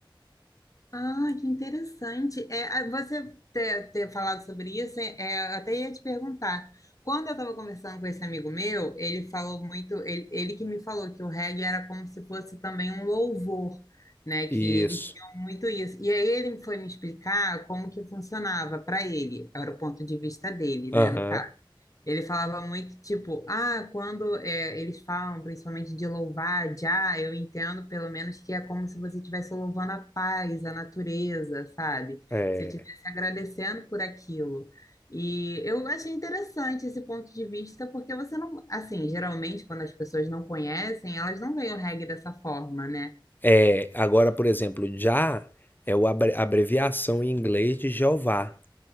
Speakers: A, on the left; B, on the left.
A: ah, que interessante. É, ah, você ter, ter falado sobre isso, é, é, eu até ia te perguntar. Quando eu estava conversando com esse amigo meu, ele falou muito, ele, ele que me falou que o reggae era como se fosse também um louvor, né? Que
B: Isso.
A: eles tinham muito isso. E aí ele foi me explicar como que funcionava para ele, era o ponto de vista dele,
B: Aham.
A: né, no caso. Ele falava muito tipo, ah, quando é, eles falam principalmente de louvar, já, eu entendo pelo menos que é como se você estivesse louvando a paz, a natureza, sabe?
B: É.
A: Você estivesse agradecendo por aquilo. E eu achei interessante esse ponto de vista, porque você não, assim, geralmente quando as pessoas não conhecem, elas não veem o reggae dessa forma, né?
B: É, agora, por exemplo, já é o abre- abreviação em inglês de Jeová,